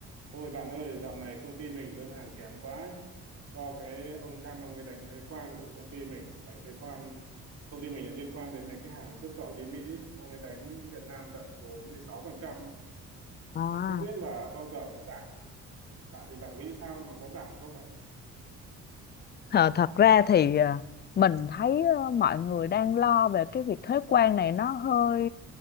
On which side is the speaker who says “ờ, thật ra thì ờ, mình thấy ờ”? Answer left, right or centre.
Left